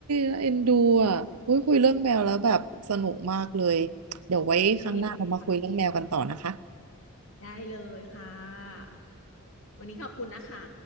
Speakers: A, on the right; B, on the left.
A: น่าเอ็นดูอ่ะอุ้ยคุยเรื่องแมวแล้วแบบสนุกมากเลยเดี๋ยวไว้ครั้งหน้าเรามาคุยเรื่องแมวกันต่อนะคะ
B: งได้เลยค่ะ วันนี้ขอบคุณนะคะ